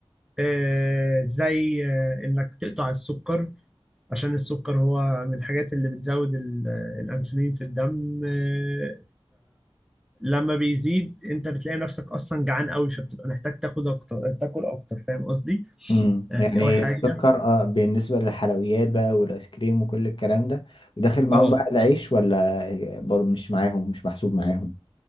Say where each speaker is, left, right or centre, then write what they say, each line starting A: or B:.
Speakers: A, in the centre; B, on the left (about 55°).
A: آه، زي آه، إنك تقطع السكر عشان السكر هو من الحاجات اللي بتزود ال- آه، الأنسولين في الدم آه، لما بيزيد أنت بتلاقي نفسك أصلا جعان قوي فبتبقى محتاج تاخد أكتر تاكل أكتر فاهم قصدي؟
B: امم
A: آه،
B: يعني
A: دي أول حاجة
B: السكر اه بالنسبة للحلويات بقى والايس كريم وكل الكلام ده وداخل معاهم
A: اه
B: بقى العيش ولا آه، برضه مش معاهم مش محسوب معاهم